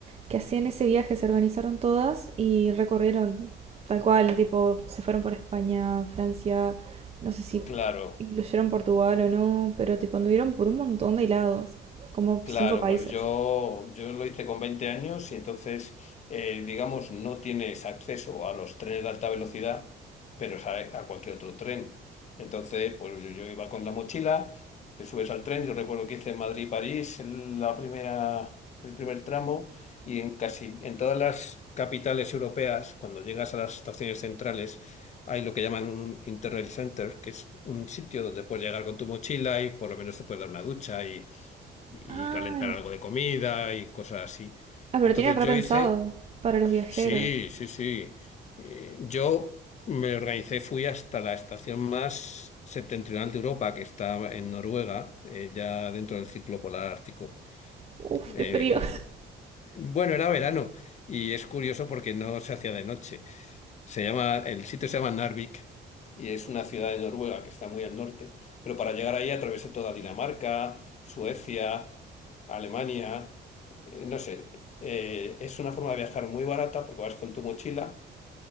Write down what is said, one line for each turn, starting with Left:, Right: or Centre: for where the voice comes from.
Right: que hacían ese viaje, se organizaron todas y recorrieron tal cual, tipo, se fueron por España, Francia, no sé si
Left: claro.
Right: incluyeron Portugal o no, pero tipo anduvieron por un montón de lados, como
Left: Claro,
Right: cinco países.
Left: pues yo, yo lo hice con 20 años y entonces, eh, digamos, no tienes acceso a los trenes de alta velocidad, pero es a, a cualquier otro tren. Entonces, pues yo, yo iba con la mochila, te subes al tren, yo recuerdo que hice Madrid-París el- la primera, el primer tramo y en casi en todas las capitales europeas, cuando llegas a las estaciones centrales, hay lo que llaman un Interrail Center, que es un sitio donde puedes llegar con tu mochila y por lo menos te puedes dar una ducha y
Right: Ah,
Left: calentar
Right: en-
Left: algo de comida y cosas así.
Right: ah, pero
Left: Entonces
Right: tienen repensado
Left: yo hice,
Right: para los viajeros.
Left: sí, sí, sí. Eh, yo me organicé, fui hasta la estación más septentrional de Europa, que está en Noruega, eh, ya dentro del círculo polar ártico.
Right: Uf,
Left: Eh,
Right: qué frío.
Left: bueno, era verano y es curioso porque no se hacía de noche. Se llama, el sitio se llama Narvik y es una ciudad de Noruega que está muy al norte, pero para llegar ahí atravesé toda Dinamarca, Suecia, Alemania, eh, no sé, eh, es una forma de viajar muy barata porque vas con tu mochila,